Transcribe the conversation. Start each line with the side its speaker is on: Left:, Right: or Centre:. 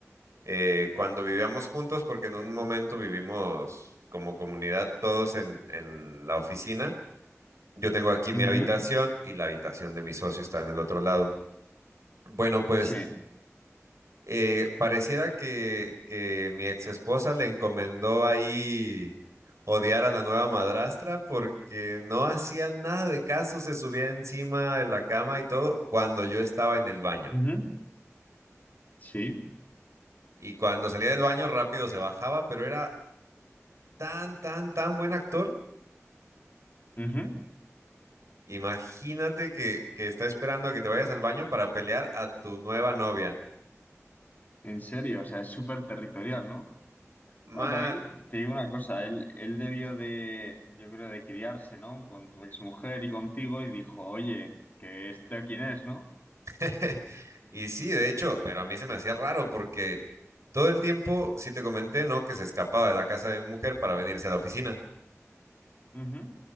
Right: eh, cuando vivíamos juntos, porque en un momento vivimos como comunidad todos en, en la oficina. Yo tengo aquí
Left: ujú,
Right: mi habitación y la habitación de mi socio está en el otro lado. Bueno, pues
Left: sí.
Right: eh, pareciera que, que mi ex esposa le encomendó ahí odiar a la nueva madrastra porque no hacía nada de caso, se subía encima de la cama y todo cuando yo estaba en el baño.
Left: Ujú, sí.
Right: Y cuando salía del baño rápido se bajaba, pero era tan, tan, tan buen actor.
Left: ujú.
Right: Imagínate que, que está esperando a que te vayas al baño para pelear a tu nueva novia.
Left: En serio, o sea, es súper territorial, ¿no?
Right: Mal.
Left: Bueno, también te digo una cosa, él, él debió de, yo creo, de criarse, ¿no? Con tu exmujer y contigo y dijo, oye, que este quién es, ¿no?
Right: <laughs> Y sí, de hecho, pero a mí se me hacía raro porque todo el tiempo, sí te comenté, ¿no? Que se escapaba de la casa de mi mujer para venirse a la oficina,
Left: Ujú,